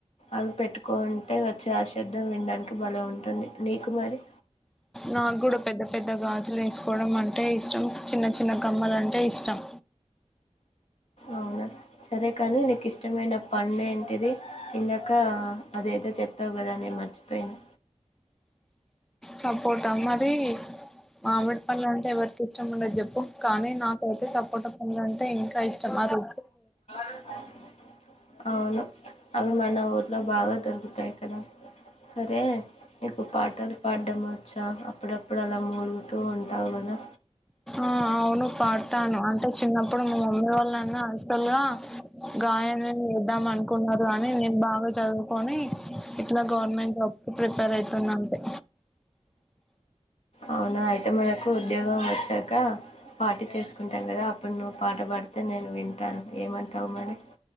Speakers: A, on the left; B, in the centre.
A: అవి పెట్టుకుంటే వచ్చే శబ్దం వినడానికి బల ఉంటుంది నీకు మరి
B: నాకు కూడా పెద్ద పెద్ద గాజులు వేసు పోవడం అంటే ఇష్టం చిన్న చిన్న కమ్మలు అంటే ఇష్టం
A: అవునా సరే కాని నీకు ఇష్టమైన పండు ఏంటిది ఇందాక అదేదో చెప్పావు కదా నేను మర్చిపోయిను
B: సపోట మధి మామిడి పండ్లు అంటే ఎవరికి ఇష్టం ఉండ చెప్పు కానీ నాకైతే సపోట పండ్లు అంటే ఇంకా ఇష్టం అది
A: అ అవును అవి మన ఊర్లో బాగా దొరుకుతాయి కదా సరే నీకు పాటలు పాడడం వచ్చా అప్పుడప్పుడు అలా మూలుగుతూ ఉంటావు కదా
B: ఆ అవును పాడతాను అంటే చిన్నప్పుడు మా మమ్మీ వాళ్ళన్నా అసలుగా గాయని చేద్దాం అనుకున్నారు కున్నారు కాని నేను బాగా చదువుకొని ఇట్లా గవర్నమెంట్ జాబ్ ప్రిపేర్ అవుతుంది అంటే
A: అవునా అయితే మనకు ఉద్యోగం వచ్చాక పార్టీ చేసుకుంటాం కదా అప్పుడు నువ్వు పాట పాడితే నేను వింటాను ఏమంటావు మరి